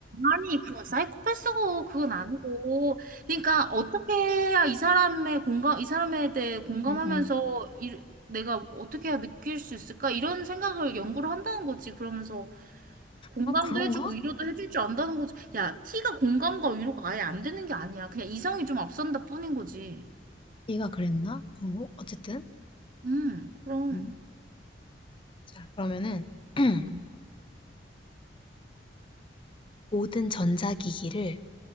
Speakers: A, on the right; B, on the left.
A: 아니, 그건 사이코패스고, 그건 아니고. 그러니까, 어떻게 해야 이 사람의 공감, 이 사람에 대해 공감하면서,
B: 응, 응.
A: 이, 내가 어떻게 해야 느낄 수 있을까? 이런 생각을 연구를 한다는 거지. 그러면서, 공감도
B: 아, 그런가?
A: 해주고, 위로도 해줄 줄 안다는 거지. 야, 티가 공감과 위로가 아예 안 되는 게 아니야. 그냥 이성이 좀 앞선다 뿐인 거지.
B: 얘가 그랬나? 어, 어쨌든.
A: 음, 그럼.
B: 응. 자, 그러면은 <clears throat>
A: 음,
B: 모든 전자기기를